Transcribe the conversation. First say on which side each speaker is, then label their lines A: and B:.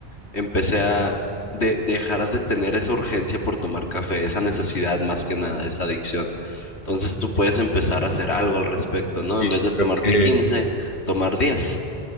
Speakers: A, on the left; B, on the left.
A: Empecé a de- dejar de tener esa urgencia por tomar café, esa necesidad más que nada, esa adicción. Entonces tú puedes empezar a hacer algo al respecto, ¿no?
B: Sí,
A: En vez de tomarte
B: yo creo
A: quince
B: que
A: tomar diez